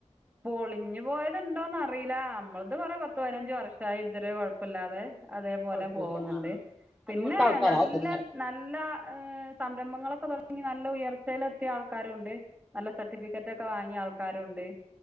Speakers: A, on the right; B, in the centre.
A: പൊളിഞ്ഞു പോയത്ണ്ടോന്ന് അറിയില്ല നമ്മളത് പറ പത്ത് പതിനഞ്ച് വർഷ ആയി ഇതുവരെ കൊഴപ്പില്ലാതെ അതേപോലെ
B: കൊഴപ്പമില്ല
A: പോകുന്നുണ്ട്
B: ആ ആ
A: പിന്നെ
B: അതുപോലത്തെ ആൾക്കാരാ
A: നല്ല
B: നിങ്ങടെ
A: നല്ല സംരംഭങ്ങളൊക്കെ തുടങ്ങി നല്ല ഉയർച്ചയിലെത്തിയ ആൾക്കാരും ഉണ്ട്. നല്ല സർട്ടിഫിക്കറ്റൊക്കെ വാങ്ങിയ ആൾക്കാരുണ്ട്.